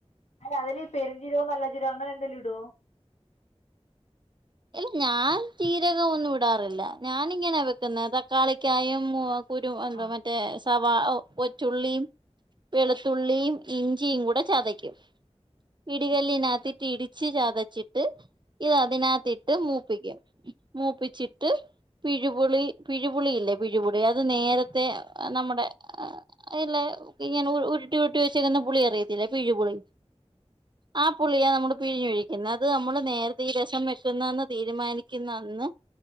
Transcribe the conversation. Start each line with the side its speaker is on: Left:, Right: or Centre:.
Left: അല്ല അതിൽ ഈ പെരുഞ്ചീരകേ നല്ല ജീരകോ അങ്ങനെ എന്തേലും ഇടുവോ
Right: ഇല്ല ഞാൻ ജീരകം ഒന്നും ഇടാറില്ല ഞാൻ ഇങ്ങനെയാ വെക്കുന്ന തക്കാളിക്കായും <inaudible> കുരും
Left: ആഹ്
Right: മറ്റേ സവാള കൊച്ചുള്ളിയും വെളുത്തുള്ളിയും ഇഞ്ചിയും കൂടെ ചതയ്ക്കും. പിടികല്ലിനകത്തിട്ട് ഇടിച്ച് ചതച്ചിട്ട് ഇത് അതിനകത്തിട്ട് മൂപ്പിക്കും. മൂപ്പിച്ചിട്ട് പിഴുപുളി പിഴിപുളി ഇല്ലേ പിഴിപുളി അത് നേരത്തെ
Left: ആഹ്
Right: നമ്മടെ അല്ല ഇങ്ങെനെ ഉരുട്ടി ഉരുട്ടി കുട്ട വെച്ചക്കന്ന പുളി അറിയത്തില്ല പിഴുപുളി ആ പുളിയാ നമ്മൾ പിഴിഞ്ഞൊഴിക്കുന്നത് അത് നമ്മൾ നേരത്തെ ഈ രസം വെ <inaudible> തീരുമാനിക്കുന്നെന്ന്